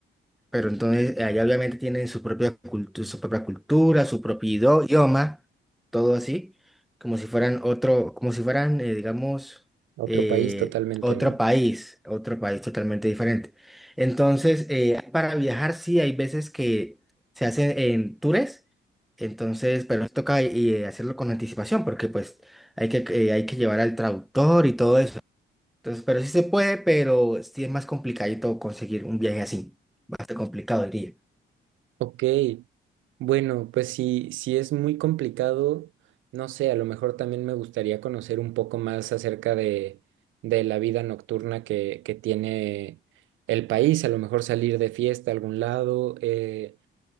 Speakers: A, in the centre; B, on the right.
A: Pero entonces allá obviamente tienen su propia cultura, su propia cultura, su propio ido- idioma, todo así, como si fueran otro, como si fueran, eh, digamos,
B: Otro
A: eh,
B: país totalmente
A: otro
B: no.
A: país, otro país totalmente diferente. Entonces, eh, para viajar sí hay veces que se hacen en tours, entonces, pero nos toca eh, hacerlo con anticipación porque pues hay que, eh, hay que llevar al traductor y todo eso. Entonces, pero sí se puede, pero sí es más complicadito conseguir un viaje así. Bastante complicado, diría.
B: Ok, bueno, pues si, si es muy complicado, no sé, a lo mejor también me gustaría conocer un poco más acerca de, de la vida nocturna que, que tiene el país, a lo mejor salir de fiesta a algún lado, eh,